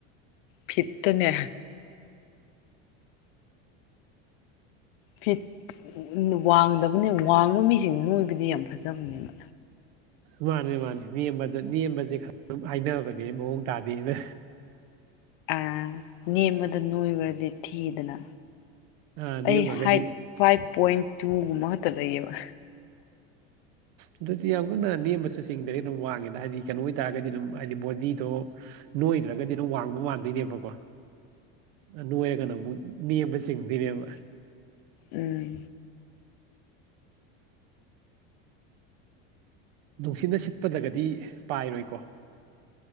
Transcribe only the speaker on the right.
ꯃꯥꯅꯦ ꯃꯥꯅꯦ ꯅꯦꯝꯃꯗ ꯅꯦꯝꯕꯁꯦ ꯈꯔ ꯍꯥꯏꯅꯕꯅꯦ ꯃꯥꯑꯣꯡ ꯇꯥꯗꯦꯅ
ꯑꯥ ꯅꯦꯝꯈ꯭ꯔꯒꯗꯤ
ꯑꯗꯨꯗꯤ ꯌꯥꯝ ꯀꯟꯅ ꯅꯦꯝꯕꯁꯨ ꯆꯤꯡꯗ꯭ꯔꯦ ꯑꯗꯨꯝ ꯋꯥꯡꯉꯦꯅ ꯍꯥꯏꯗꯤ ꯀꯩꯅꯣ ꯑꯣꯏꯇꯥꯔꯒꯗꯤ ꯑꯗꯨꯝ ꯍꯥꯏꯗꯤ ꯕꯣꯗꯤꯗꯣ ꯅꯣꯏꯗ꯭ꯔꯒꯗꯤ ꯑꯗꯨꯝ ꯋꯥꯡꯕ ꯃꯥꯟꯗꯣꯏꯅꯦꯕꯀꯣ ꯅꯣꯏꯔꯒꯅ ꯑꯃꯨꯛ ꯅꯦꯝꯕꯥ ꯆꯤꯡꯗꯣꯏꯅꯦꯕꯥ
ꯅꯨꯡꯁꯤꯠꯅ ꯁꯤꯠꯄꯗꯒꯗꯤ ꯄꯥꯏꯔꯣꯏꯀꯣ?